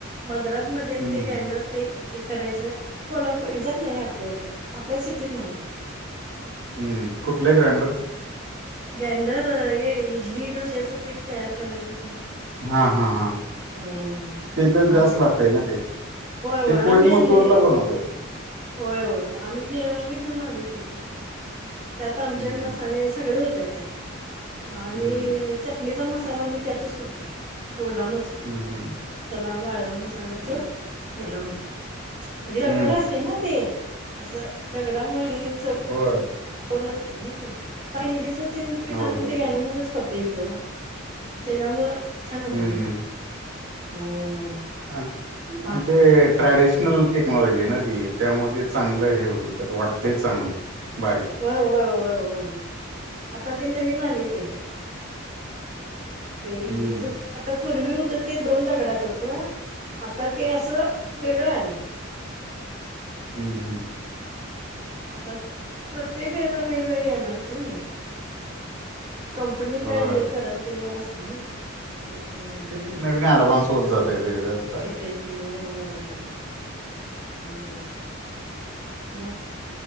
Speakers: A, on the right (about 40°); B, on the right (about 65°).
A: मद्रासमध्येच
B: हम्म
A: ते गॅनडर ते- हे करायचं कोल्हापूर हेच्यात न्हाई आपल्या इथं आपल्या सिटीत न्हाईये.
B: हम्म कुठलंय ग्र्यांडर?
A: ग्रँडर हे इडली डोश्याचं पीठ तयार करायचं ते.
B: हा हा हा.
A: हम्म.
B: तीथंच
A: आम
B: जास्त लागतंय ना ते, ते
A: होय होय
B: कोईंबतूरला
A: आम्ही आणले
B: बनवत्यात.
A: होय होय आमी घे आमी घेऊन आलोय की तीकडुन. त्यात आमचे
B: हम्म
A: मसाले सगळे होत्यात त्यात. आणि
B: हम्म
A: चटणीचा मसाला मी त्यातच करतुय ओला मस
B: हम्म हम्म.
A: तला वाळला मसालाच <unintelligible> ग्रँडर मध्ये. म्हजे दगड
B: हम्म
A: असते ना ते असं दगडा मुळे हे च
B: हो.
A: चव लागते ना ते इडलीच तीन पीठ
B: हो
A: आम्ही
B: हो
A: ते ग्रँडरमध्येच करतोयेत त्याच्यामुळ छान
B: हम्म
A: होत्यात ईडल्या हो.
B: अन्
A: भात
B: अन ते ट्रॅडिशनल टेक्नॉलॉजी आय ना ती त्यामुळं ते चांगलं हे होतय त्यात वाटतंय चांगलं बारीक.
A: होय होय होय होय होय आता ते नविन आली ते. ते इडलीच
B: हम्म
A: आता पूर्वी हुतं ते दोन दगडाच होतं आता ते असं वेगळं आलय.
B: हम्म हम्म.
A: आताच प्रत्येक वेळला वेगवेगळ येणारच नी. कंपनी
B: होय
A: काय हे करल त्याच्यावर असते ना ते. हम्म
B: ते नवीन आडवान्स होत जातय त्याच्यात.
A: यते यते हो होय होय होय हम्म मग?